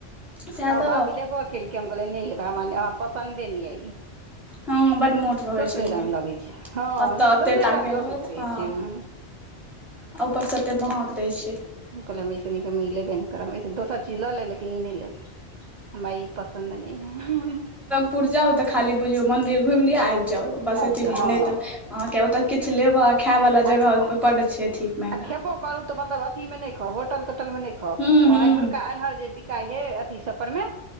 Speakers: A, in the centre; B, on the right.
A: सएह
B: <unintelligible>
A: तऽ
B: भाभी लेबे केलकै हम कहलियै नैय लेब हमरा पसंन्दे न या इ
A: हँ बड मोट रहै
B: दोसरे
A: छै लेकिन
B: रंग लगेै। हँ
A: ओतऽ ओते
B: दोसरे
A: टाके
B: रंग लगैत
A: रहत
B: रहै
A: हँ
B: छैय म
A: आ ऊपर सँ एतेक महग दैय छैय।
B: हम कहलियै हम ऐसेनीक हम इ लेबे नैय करबै एसे दोसर चिज ल लेब लेकिन ई नैय लेब हमरा ई पसंन्द नैय हें-हें
A: पुर जाउ त खाली बुझियौ मन्दिर घुइम लिअ आइब जाउ बस
B: आबि
A: एतबी
B: जाउ हँ
A: नैय त अहाँके ओतऽ किछ लेबऽ आ खाय बला
B: आ
A: जगह पर बड्ड छैय अथी महंगा
B: आ खेबो करू त मतलब अथीमे नय खाउ होटल तोटलमे नय खाउ,
A: हूं
B: ह
A: हूं
B: एम्हर एम्हर जे बिकाय हइ अथी सब पर मे